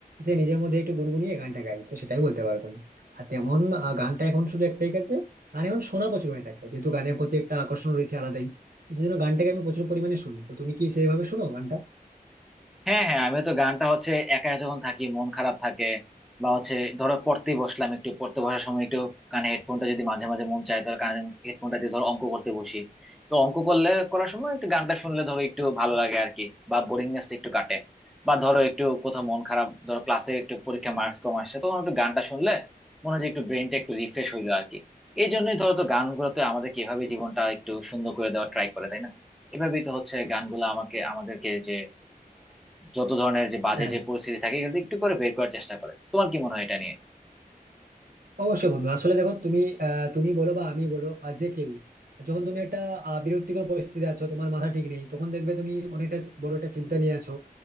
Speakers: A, on the right; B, in the centre.
A: যে নিজের মধ্যে একটু গুনগুনিয়ে গানটা গাই তো সেটাই বলতে পারো তুমি আর তেমন আহ, গানটা এখন শুধু একটাই কাছে গান এখন শোনা প্রচুর হয়ে থাকে যেহেতু গানের প্রতি একটা আকর্ষণ রয়েছে আলাদাই সেজন্য গানটাকে আমি প্রচুর পরিমাণে শুনি তো তুমি কি সেইভাবে শোনো গানটা
B: হ্যাঁ হ্যাঁ আমি তো গানটা হচ্ছে একা যখন থাকি মন খারাপ থাকে বা হচ্ছে ধরো পড়তেই বসলাম একটু পড়তে বসার সময় একটু কানে হেডফোনটা যদি মাঝে মাঝে মন চায় ধর কানে হেডফোনটা দিয়ে ধরো অঙ্ক করতে বসি তো অঙ্ক করলে করার সময় একটু গানটা শুনলে ধরো একটু ভালো লাগে আর কি বা বোরিংনেসটা একটু কাটে বা ধরো একটু কোথাও মন খারাপ ধরো ক্লাসে একটু পরীক্ষা মার্কস কম আসছে তখন একটু গানটা শুনলে মনে হয় যে একটু ব্রেনটা একটু রিফ্রেশ হইলো আর কি এই জন্যই ধরো তো গানগুলোতে আমাদের কিভাবে জীবনটা একটু সুন্দর করে দেওয়ার ট্রাই করে তাই না এভাবেই তো হচ্ছে গানগুলো আমাকে আমাদেরকে যে যত ধরনের যে বাজে
A: হ্যাঁ
B: যে পরিস্থিতি থাকে এগুলো একটু করে বের করার চেষ্টা করে তোমার কি মনে হয় এটা নিয়ে
A: অবশ্যই বন্ধু আসলে দেখো তুমি আহ, তুমি বলো বা আমি বলো বা যে কেউ যখন তুমি একটা আহ, বিরক্তিকর পরিস্থিতিতে আছো তোমার মাথা ঠিক নেই তখন দেখবে তুমি অনেকটা বড় একটা চিন্তা নিয়ে আছো